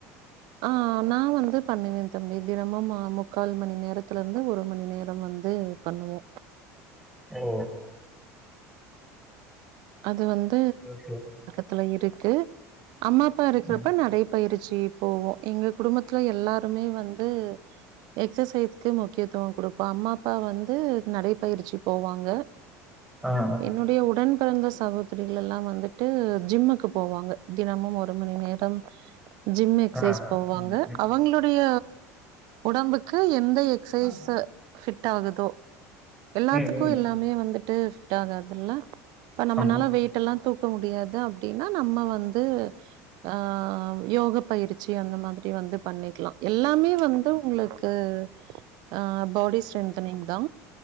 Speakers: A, on the right; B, in the centre.
A: ஆ நா வந்து பண்ணுவே தம்பி தினமும் ஆம கால் மணி நேரத்துலர்ந்து ஒரு மணி நேரம் வந்து பண்ணுவோ
B: ஓ
A: அது வந்து
B: சேர் சேர்
A: த்துல இருக்கு அம்மா அப்பா இருக்கிறப்ப
B: ம்.
A: நடை பயிற்சி போவோ எங்க குடும்பத்துல எல்லா ருமே வந்து எக்ஸசைஸ்க்கு முக்கியத்துவம் குடுப்போ அம்மா அப்பா வந்து நடைப்பயிற்சி போவாங்க
B: ஆ ஆ
A: என்னுடைய உடன் பிறந்த சகோதரிகள் லெல்லாம் வந்துட்டு ஜிம்முக்கு போவாங்க தினமும் ஒரு மணி நேரம் ஜிம் எக்சைஸ்
B: ஆ ஆ.
A: போவாங்க
B: ம்
A: அவங்களுடைய உடம்புக்கு எந் த எக்ஸைஸு
B: ம்
A: ஃபிட் ஆகுதோ எல்லாத்துக்கு
B: ம் ம்
A: எல்லாமே வந்துட் துட்டு ஃபிட் ஆகாதுல்ல இப்ப நம்மளால
B: ஆமா
A: வெயிட்டல்லாம் தூக் க்க முடியாது அ அப்டின்ன நம்ம வந்து ஆஹ் யோக பயிற்சி அந்த மாதிரி வந்து பண்ணிக்கலா எல்லாமே வந்து உங்களுக்கு அஹ் பாடி ஸ்ட்ரென்தனிங் தா